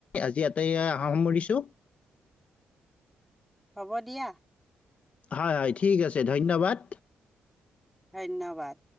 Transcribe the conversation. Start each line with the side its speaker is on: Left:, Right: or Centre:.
Left: আজি আটাই আহাৰ সামৰিছোঁ।
Centre: হ'ব দিয়া।
Left: হয় হয় ঠিক আছে ধন্যবাদ।
Centre: ধন্যবাদ।